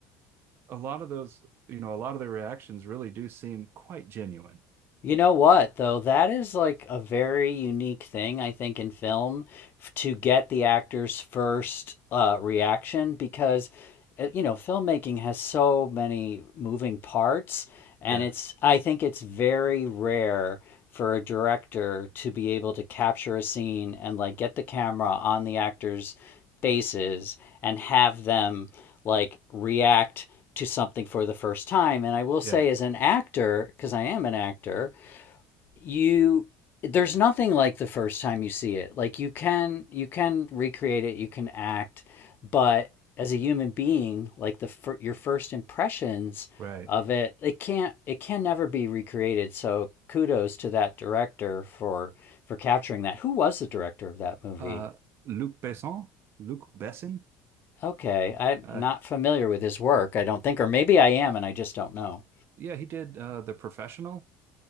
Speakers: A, on the right (about 40°); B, on the left (about 35°).
A: a lot of those, you know, a lot of their reactions really do seem quite genuine.
B: You know what, though? That is like a very unique thing, I think, in film f- to get the actor's first uh, reaction because, uh, you know, filmmaking has so many moving parts. And
A: Yeah,
B: it's, I think it's very rare for a director to be able to capture a scene and like get the camera on the actor's faces and have them like react to something for the first time. And I will say,
A: yeah,
B: as an actor, because I am an actor, you there's nothing like the first time you see it. Like you can you can recreate it, you can act, but as a human being, like the fir- your first impressions
A: right.
B: of it, it can't it can never be recreated. So kudos to that director for for capturing that. Who was the director of that movie?
A: Uh, Luc Besson, Luc Besson,
B: Okay, I'm
A: uh,
B: not familiar with his work, I don't think, or maybe I am and I just don't know.
A: yeah, he did uh, The Professional